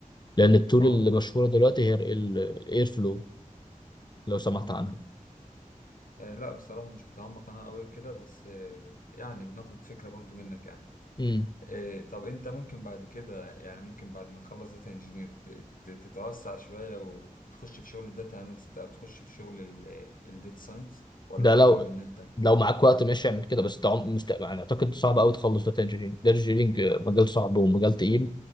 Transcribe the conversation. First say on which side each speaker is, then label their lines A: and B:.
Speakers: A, on the left; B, on the left.
A: لان التول
B: اه
A: اللي مشهوره دلوقتي هي الاير فلو لو سمحت
B: امم
A: عنها
B: آه لا بصراحة مش متعمق انا قوي كده بس آه يعني بناخد فكرة برضو منك يعني
A: امم
B: آه طب انت ممكن بعد كده يعني ممكن بعد ما تخلص داتا انجينير تتوسع شوية وتخش في شغل الداتا اناليست او تخش في شغل الداتا ساينس ولا
A: ده
B: انت
A: لو
B: حابب ان انت
A: لو معاك وقت ماشي اعمل كده بس ده عم- مست... يعني اعتقد صعب قوي تخلص داتا انجينيرنج داتا انجينيرنج مجال صعب ومجال تقيل